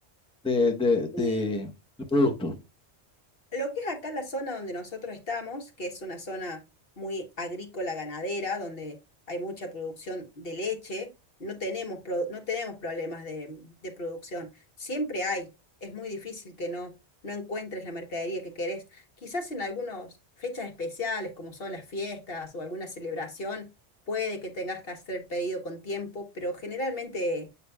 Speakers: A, in the centre; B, on the left.
A: de, de, de-
B: Y
A: de productos?
B: Lo que es acá la zona donde nosotros estamos, que es una zona muy agrícola ganadera, donde hay mucha producción de leche, no tenemos, pro- no tenemos problemas de, de producción. Siempre hay. Es muy difícil que no, no encuentres la mercadería que querés. Quizás en algunas fechas especiales, como son las fiestas o alguna celebración, puede que tengas que hacer pedido con tiempo, pero generalmente